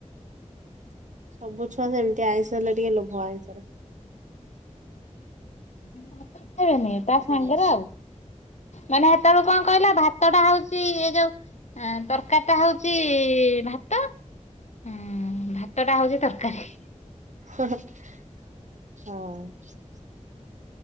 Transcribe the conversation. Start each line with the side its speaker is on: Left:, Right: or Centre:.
Right: ସବୁ ଛୁଆ ସେମିତି ଆଇଁଷ ହେଲେ ଟିକେ ଲୋଭ ଆଇଁଷରେ
Left: ହଁ ହାତ <unintelligible> ତା ସାଙ୍ଗରେ
Right: ହୁଁ
Left: ଆଉ ମାନେ ସେତେବେଳୁ କଣ କହିଲା ଭ ଭାତ ଟା ହଉଛି ଏ ଯୋଉ ତରକାରୀ ଟା ହଉଛି ଭାତ ଉ ଭାତ ଟା ହଉଛି ତରକାରୀ।
Right: ହଁ।